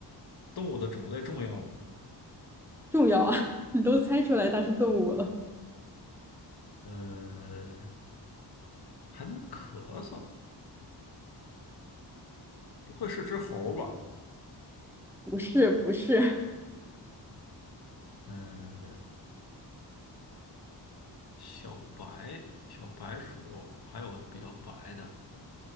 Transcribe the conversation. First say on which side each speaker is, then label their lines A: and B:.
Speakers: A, on the left; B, in the centre.
A: 动物的种类重要吗？
B: <laughs> 重要啊！<laughs> 你都猜出来它是动物了，
A: 呃，还能咳嗽，不会是只猴儿吧？
B: 不是不是，
A: 嗯，小白、小白鼠，还有比较白的，